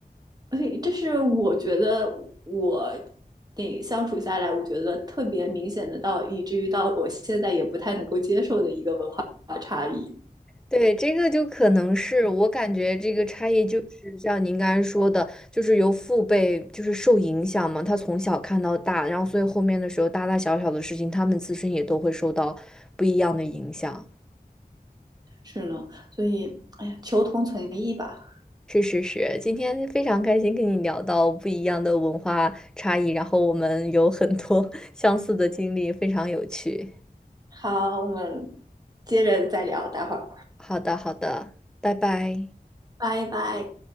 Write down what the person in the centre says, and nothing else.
对，这个就可能是我感觉这个差异，就是像您刚才说的，就是由父辈就是受影响嘛，他从小看到大，然后所以后面的时候大大小小的事情，他们自身也都会受到不一样的影响。
是是是，今天非常开心跟你聊到不一样的文化差异，然后我们有很多 <laughs> 相似的经历，非常有趣。
好的好的，拜拜。